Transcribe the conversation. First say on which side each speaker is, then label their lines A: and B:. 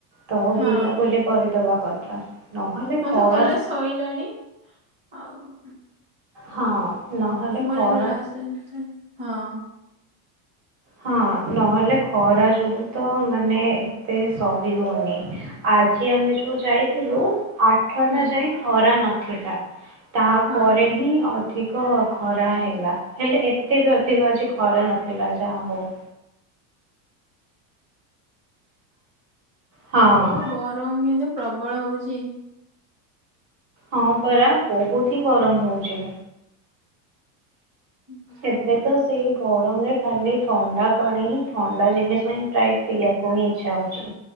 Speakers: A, on the right; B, on the right.
A: ତ
B: ହଁ
A: ବୁଲାବୁଲି କରିଦବା କଥା। ନହେଲେ
B: ମୋର
A: ଖରା
B: ତ କଲେଜ୍ ସଇଲାଣି। ଆଉ
A: ହଁ। ନହେଲେ
B: ମୋର
A: ଖରା
B: ଏଇଟା ଲାଷ୍ଟ ସେମିଷ୍ଟାର।
A: ହଁ ନହେଲେ ଖରା ଯୋଗୁ ତ ମାନେ ଏତେ ସହି ହୋଉନି। ଆଜି ଆମେ ଯୋଉ ଯାଇଥିଲୁ। ଆଠଟା
B: ହୁଁ
A: ଯାଏ ଖରା ନଥିଲା। ତାପରେ
B: ହଁ
A: ହିଁ ଅ ଧିକ ଖରା ହେଲା। ହେଲେ ଏତେ ବି ଅଧିକ ଆଜି ଖରା ନଥିଲା ଯାହା ହୋଉ। ହଁ
B: ଗରମ କିନ୍ତୁ ପ୍ରବଳ ହଉଚି।
A: ହଁ ପରା ବହୁତ ହିଁ ଗରମ ହଉଛି।
B: ହୁଁ।
A: ଏବେ ତ ସେଇ ଗରମରେ ଖାଲି ଥଣ୍ଡା ପାଣି ହିଁ, ଥଣ୍ଡା ଜିନିଷ ହିଁ ପ୍ରାୟ ପିଇବାକୁ ହିଁ ଇଚ୍ଛା ହଉଛି।